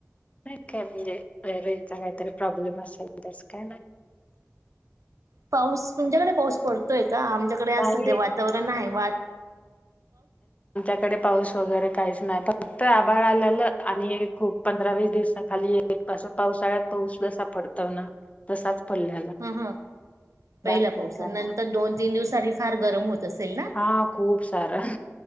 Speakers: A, on the left; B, on the right.
A: नाही काय म्हणजे रेंजचा काहीतरी प्रॉब्लेम असेल तस काय नाही.
B: पाऊस तुमच्याकडे पाऊस पडतोय का आमच्याकडे आज
A: नाही
B: सध्या वातावरण आहे वात
A: आमच्याकडे पाऊस वगैरे कायच. नाही फक्त आबााळ आलेलं आणि खूप पंधरा वीस दिवसाखाली असं पावसाळ्यात पाऊस जसा पडत ना तसाच. पडलेला.
B: हा हा पहिला
A: बाकी
B: पावसा
A: काय नाय.
B: नंतर दोन तीन दिवसनी. फार गरम होत. असेल ना?
A: हा खूप सारं